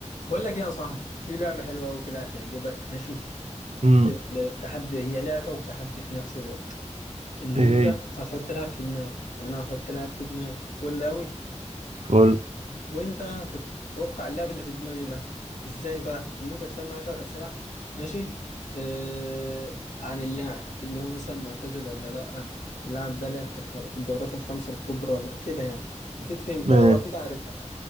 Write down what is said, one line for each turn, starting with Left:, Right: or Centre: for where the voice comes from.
Left: بقول لك يا صاحبي في لعبة حلوة وكده هتعجبك ماشي
Right: امم
Left: التحدي هي لعبة وتحدي في نفس الوقت ان
Right: ايه
Left: انت
Right: هي
Left: هتحط لعب في دماغك وانا هحط لعب في دماغي فل اوي
Right: قول
Left: وانت هتتوقع اللعب اللي في دماغي ده ازاي بقى ان انت تسألني 10 اسئلة ماشي آه عن اللاعب اللي هو مثلا معتزل ولا لا اللاعب ده لعب في, الخ... في الدورات الخمسة الكبرى ولا كده يعني اكيد فهمتها
Right: ما-
Left: واكيد عارفها